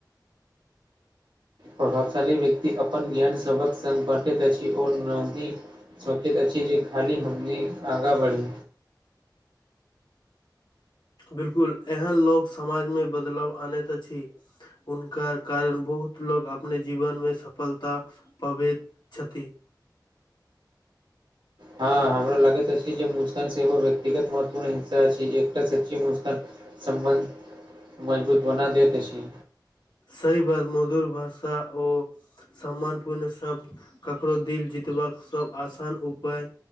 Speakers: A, on the right; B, on the left.
A: प्रभावशाली व्यक्ति अपन ज्ञान सबहक सङ्ग बाँटैत अछि ओनाहीं सोचैत अछि जे खाली हमनी आगाँ बढि
B: बिल्कुल एहन लोक समाजमे बदलाव आनैत अछि हुनकर कारण बहुत लोग अपने जीवनमे सफलता पबैत छथि
A: हाॅं हमरा लगैत अछि जे मुस्कान से व्यक्तिगत महत्वपूर्ण हिस्सा छै एकटा सच्ची मुस्कान सम्बन्ध मजबूत बना देएत अछि
B: सही बात मधुर भाषा ओ सम्मान पूर्ण सब ककरो दिल जीतबाक सब आसान उपाय